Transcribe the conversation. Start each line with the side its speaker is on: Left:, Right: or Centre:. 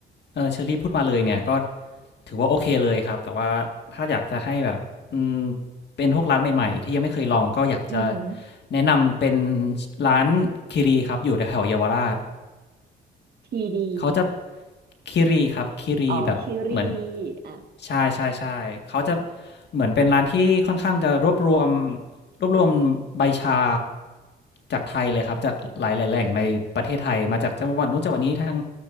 Left: เออเชอรี่พูดมาเลยเนี่ยก็ ถือว่าโอเคเลยครับแต่ว่าถ้าอยากจะให้แบบอืมเป็นพวกร้านใหม่ๆที่ยังไม่เคยลองก็อยากจะ
Right: อือหือ
Left: แนะนำเป็นร้านคิรีครับอยู่แถวๆเยาวราช
Right: ทีดี
Left: เขาจะคิรีครับคิรีแบบเหมือน
Right: อ๋อคิรีอ่ะ
Left: ใช่ใช่ใช่เขาจะเหมือนเป็นร้านที่ค่อนข้างจะรวบรวมรวบรวมใบชาจากไทยเลยครับจากหลายๆแหล่งในประเทศไทยมาจากจังหวัดนู้นจังหวัดนี้ทาง